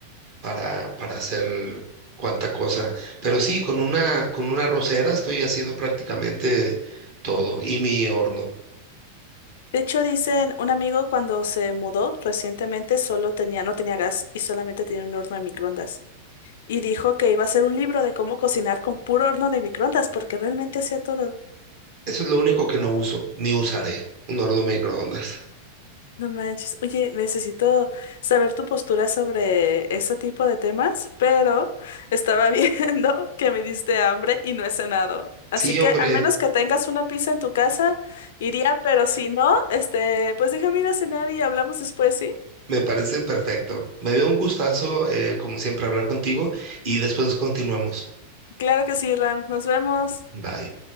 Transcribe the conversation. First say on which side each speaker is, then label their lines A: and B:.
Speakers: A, on the right (about 45°); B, on the left (about 55°).
A: para, para hacer cuanta cosa. Pero sí, con una, con una rosera estoy haciendo prácticamente todo. Y mi horno.
B: De hecho, dicen, un amigo cuando se mudó recientemente solo tenía, no tenía gas y solamente tenía un horno de microondas. Y dijo que iba a hacer un libro de cómo cocinar con puro horno de microondas, porque realmente hacía todo.
A: Eso es lo único que no uso, ni usaré. Un horno microondas.
B: No manches. Oye, necesito saber tu postura sobre ese tipo de temas, pero estaba <laughs> viendo que me diste hambre y no he cenado. Así
A: Sí,
B: que
A: hombre,
B: al menos que tengas una pizza en tu casa, iría, pero si no, este, pues déjame ir a cenar y hablamos después, ¿sí?
A: me parece perfecto. Me dio un gustazo, eh, como siempre, hablar contigo y después continuamos.
B: Claro que sí, Ram. Nos vemos.
A: Bye.